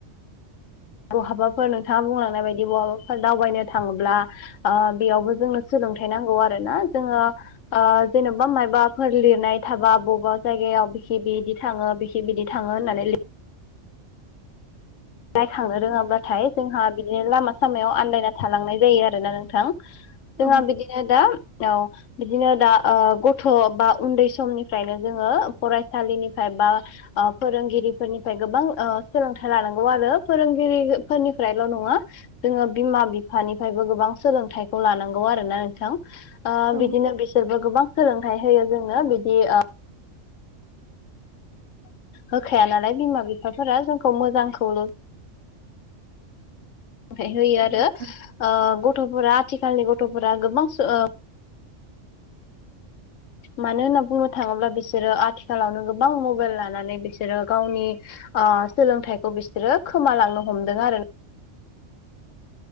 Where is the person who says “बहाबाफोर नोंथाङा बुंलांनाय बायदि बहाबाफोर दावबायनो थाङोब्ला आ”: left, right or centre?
Left